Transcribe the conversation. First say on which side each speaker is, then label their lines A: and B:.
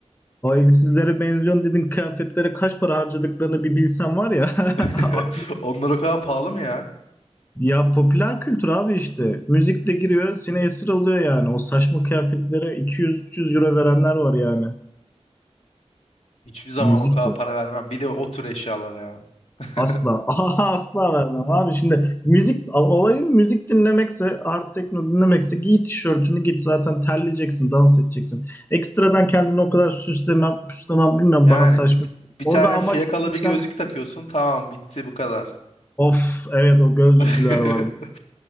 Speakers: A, on the left (about 20°); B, on the left (about 65°).
A: O evsizlere benziyorsun dedin kıyafetlere kaç para harcadıklarını bir bilsen var ya. <laughs>
B: <laughs>
A: Aklım
B: Onlar o kadar pahalı mı ya?
A: Ya popüler kültür abi işte. Müzikle giriyor, seni esir alıyor yani. O saçma kıyafetlere 200-300 euro verenler var yani.
B: Hiçbir zaman
A: Müzikle.
B: o kadar para vermem. Bir de o tür eşyalara ya. <laughs>
A: Asla. <laughs> Aha, asla vermem abi. Şimdi müzik, olayın müzik dinlemekse, hard techno dinlemekse giy tişörtünü git zaten terleyeceksin, dans edeceksin. Ekstradan kendini o kadar süslemem, püslemem bilmem
B: Yani
A: bana saçma.
B: bir, bir
A: Orada
B: tane
A: amaç
B: fiyakalı
A: müzikler,
B: bir gözlük takıyorsun. Tamam bitti bu kadar.
A: of evet o gözlüklüler
B: <laughs>
A: vardı.